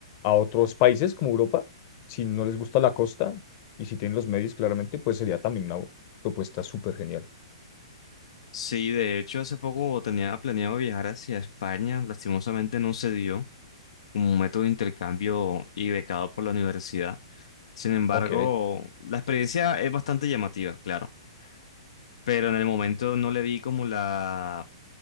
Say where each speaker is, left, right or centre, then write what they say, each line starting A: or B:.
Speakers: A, on the left; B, on the left.
A: otros países como Europa, si no les gusta la costa y si tienen los medios, claramente, pues sería también una propuesta súper genial.
B: Sí, de hecho, hace poco tenía planeado viajar hacia España, lastimosamente no se dio un método de intercambio y becado por la universidad. Sin embargo,
A: Ok,
B: la experiencia es bastante llamativa, claro, pero en el momento no le di como la,